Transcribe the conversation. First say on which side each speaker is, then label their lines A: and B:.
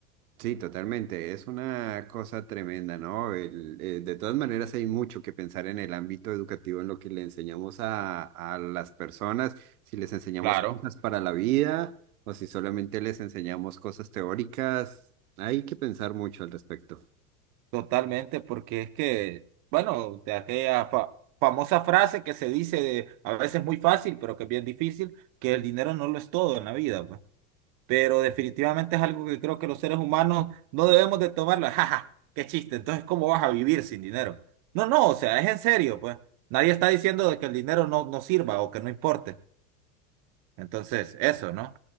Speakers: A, on the right; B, on the right.
A: Sí, totalmente. Es una cosa tremenda, ¿no? El, eh, de todas maneras, hay mucho que pensar en el ámbito educativo, en lo que le enseñamos a, a las personas, si les enseñamos
B: Claro.
A: cosas para la vida o si solamente les enseñamos cosas teóricas. Hay que pensar mucho al respecto.
B: Totalmente, porque es que, bueno, de aquella fa- famosa frase que se dice de, a veces muy fácil, pero que es bien difícil, que el dinero no lo es todo en la vida, pues. Pero definitivamente es algo que creo que los seres humanos no debemos de tomarlo. <laughs> Jaja, qué chiste. Entonces, ¿cómo vas a vivir sin dinero? No, no, o sea, es en serio, pues. Nadie está diciendo de que el dinero no, no sirva o que no importe. Entonces, eso, ¿no?